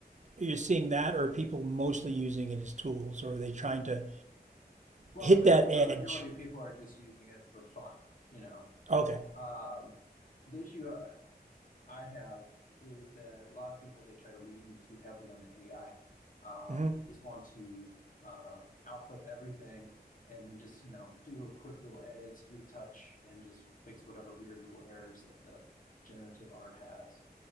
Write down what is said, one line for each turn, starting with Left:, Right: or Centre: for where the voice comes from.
Right: you are seeing that, or are people mostly using it as tools, or are they trying to
Left: Well,
Right: hit
Left: the vast
Right: that edge?
Left: majority of people are just using it for fun, you know.
Right: Okay,
Left: Um, the issue uh, I have is that a lot of people they try to lean too heavily on the AI. Um,
Right: hmm
Left: they just want to uh, output everything and then just, you know, do little quick little edits, retouch, and just fix whatever weird little errors that the generative art has.